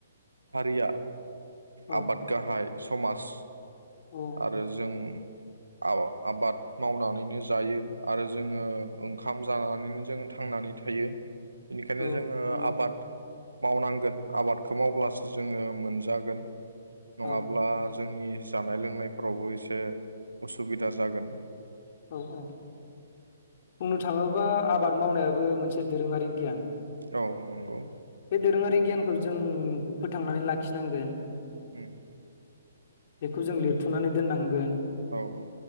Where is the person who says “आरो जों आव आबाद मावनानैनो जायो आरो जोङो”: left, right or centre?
Right